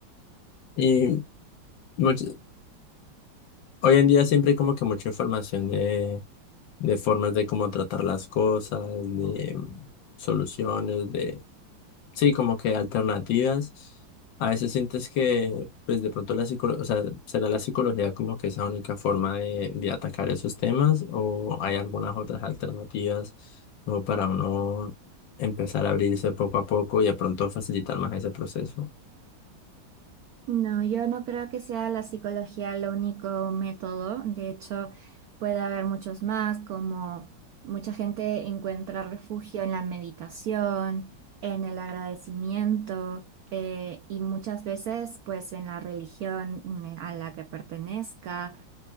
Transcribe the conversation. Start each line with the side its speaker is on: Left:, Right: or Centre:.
Left: Y much- Hoy en día siempre hay como que mucha información de, de formas de cómo tratar las cosas, de mm, soluciones, de, sí, como que alternativas. A veces sientes que, pues de pronto la psicología, o sea, será la psicología como que esa única forma de, de atacar esos temas o hay algunas otras alternativas como para uno empezar a abrirse poco a poco y de pronto facilitar más ese proceso.
Right: No, yo no creo que sea la psicología el único método. De hecho, puede haber muchos más, como mucha gente encuentra refugio en la meditación, en el agradecimiento, eh, y muchas veces, pues, en la religión mm, eh, a la que pertenezca.